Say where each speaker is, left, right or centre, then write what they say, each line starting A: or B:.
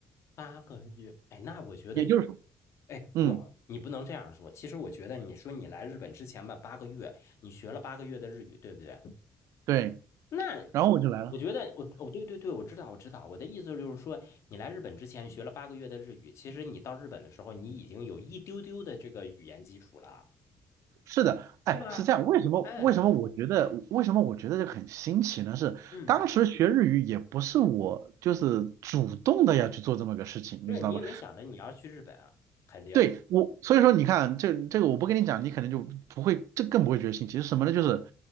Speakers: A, on the left; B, on the right.
A: 八个月。哎，那我觉得，
B: 也就是说，
A: 哎，
B: 嗯，
A: 不，你不能这样说。其实我觉得，你说你来日本之前吧，八个月，你学了八个月的日语，对不对？
B: 对，
A: 那
B: 然后我就来了。
A: 我觉得，我我对对对，我知道我知道。我的意思就是说，你来日本之前学了八个月的日语，其实你到日本的时候，你已经有一丢丢的这个语言基础了，
B: 是的，哎，
A: 对吧？
B: 是这样。为什么为什么我觉得为什么我觉得这个很新奇呢？
A: 哎，
B: 是当时学日语也不是我就是主动的要去做这么个事情，
A: 嗯。对，
B: 你知道吗？
A: 你也没想着你要去日本啊，肯定。
B: 对我，所以说你看，这这个我不跟你讲，你可能就不会，这更不会觉得新奇。是什么呢？就是